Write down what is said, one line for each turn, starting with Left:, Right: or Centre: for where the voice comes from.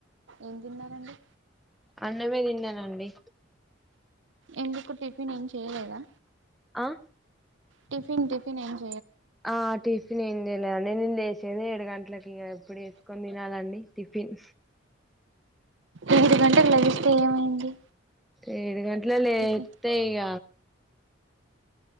Right: ఏం తిన్నారండి
Centre: అన్నమే తిన్నానండి
Right: ఎందుకు టిఫిన్ ఏం చేయలేదా
Centre: ఆహ్
Right: టిఫిన్ టిఫన్ ఏ
Centre: ఆ టిఫన్ ఏం లేలేండి నిన్న లేచింది ఏడు గంటలకి ఇక ఎప్పుడు వేసుకొని తినాలండి టిఫిన్
Right: ఏఐడు గంటలు లగిస్తే ఏమైంది
Centre: ఏడు గంటలకులేతే
Right: టిఫిన్
Centre: ఇగ